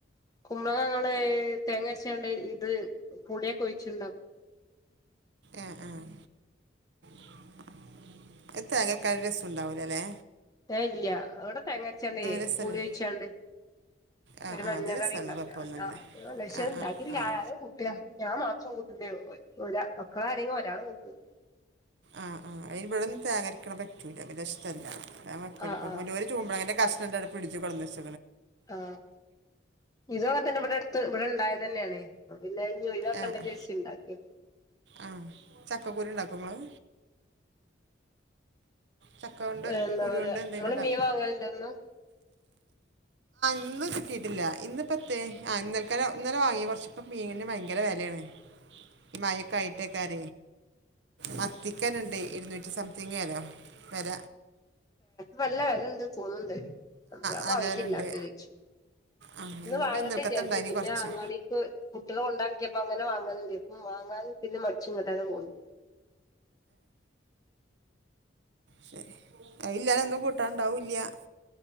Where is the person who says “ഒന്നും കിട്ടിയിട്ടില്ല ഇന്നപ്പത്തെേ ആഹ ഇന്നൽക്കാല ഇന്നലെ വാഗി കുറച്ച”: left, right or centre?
Right